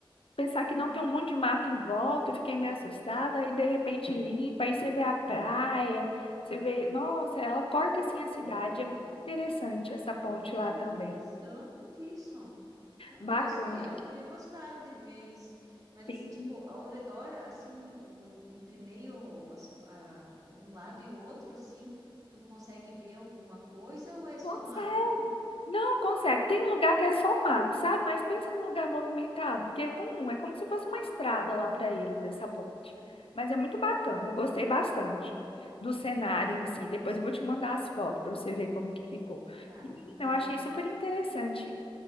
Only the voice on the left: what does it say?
Pensar
que não tem um monte de mato em volta, eu fiquei meio assustada. Aí de repente limpa, aí você vê a praia, você vê. Nossa, ela corta
assim
a cidade. É muito interessante essa ponte lá
também.
Bacana.
Sim.
Consegue.
Não, consegue. Tem lugar que é só mato, sabe? Mas pensa num lugar movimentado, porque é comum, é como se fosse uma estrada lá para eles, essa ponte.
Mas é muito bacana,
eu gostei bastante do cenário em si. Depois eu vou te mandar as fotos para você ver como que ficou.
Menina,
eu achei super interessante,